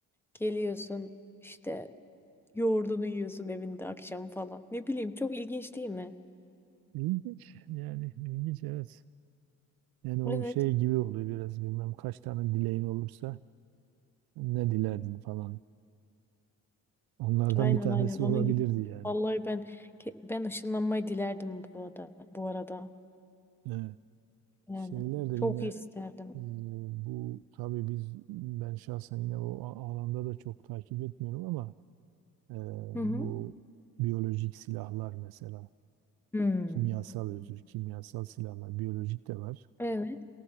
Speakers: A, in the centre; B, on the right (about 60°).
A: geliyorsun işte yoğurdunu yiyorsun evinde akşam falan. Ne bileyim çok ilginç değil mi?
B: İlginç yani ilginç evet. Yani o
A: Evet.
B: şey gibi oluyor biraz bilmem kaç tane dileğin olursa ne dilerdin falan. Onlardan
A: Aynen
B: bir tanesi
A: aynen onun
B: olabilirdi
A: gibi.
B: yani.
A: Vallahi ben ke- ben ışınlanmayı dilerdim bu arada. Bu arada
B: Evet.
A: yani
B: Şeyler de
A: çok
B: yine
A: isterdim.
B: e, bu tabii biz ben şahsen yine o a- alanda da çok takip etmiyorum ama e,
A: Hı hı.
B: bu biyolojik silahlar mesela
A: Hmm.
B: kimyasal özür kimyasal silahlar biyolojik de var.
A: Evet,